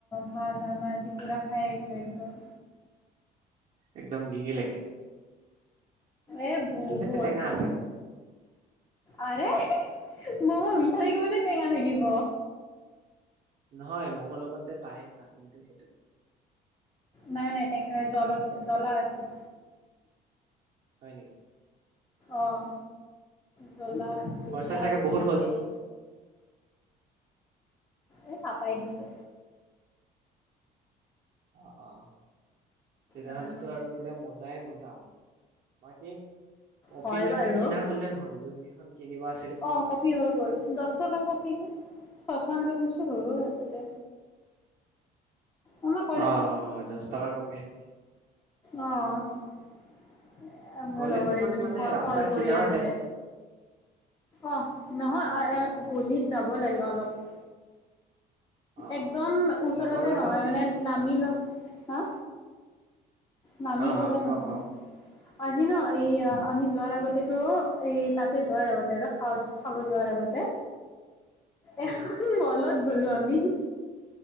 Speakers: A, on the left; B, on the right.
A: ভাল ভাল মই আজি পোৰা খাই আহিছোঁ একদম
B: একদম ডিঙি লৈকে
A: এ বহু
B: নে টেঙা আছিল?
A: আৰে মম কেনেকেই থাকিব নে টেঙা থাকিব
B: নহয় মোৰোক লগত যে পায় চাটনিটো সেইটো
A: নাই নাই। টেঙা কল জ্বলা আছিল
B: হয় নেকি?
A: অ উম জ্বলা আছিল
B: খৰচা
A: তাৰপিছত
B: চাগে বহুত হ'ল?
A: এই এ পাপাই দিছে
B: অ অ তেতিয়া
A: অ'
B: হ'লেতো আৰু পোৰা মজাই মজাই বা মই কে কপি
A: হয়
B: কেইখন
A: বাৰু।
B: কিনা হলে নহল যোন কেইখন কিনিব আছিল?
A: অ কপি হৈ গ'ল দহ টকা কপি হে ছয়ঁ খন লৈ গৈছো হৈ গ'ল তাতে আমাৰ
B: অ অ অ দচ টকাৰ কপিহে নেকি
A: আহ মোৰ
B: কলেজখন
A: লগৰ এজনী
B: মানে ৰাস্তাৰ
A: কল কৰি
B: কিনাৰতে
A: আছে অ নহয়
B: হ'ব লগ অ',
A: গলিত যা খাব লাগে অলপ
B: অ'।
A: একদম ওচৰতে
B: লগৰ লগত
A: নহয়
B: পিছ
A: মানে নামি
B: অ',
A: ল হা নামি
B: অ',
A: গলে
B: ক
A: নহয়
B: ক
A: আজি ন এই আমি যোৱাৰ আগতেতো এই তাতে যোৱাৰ আগতে আৰু খাব যোৱাৰ আগতে এহু
B: উম,
A: মলত হ'লো আৰু আমি হু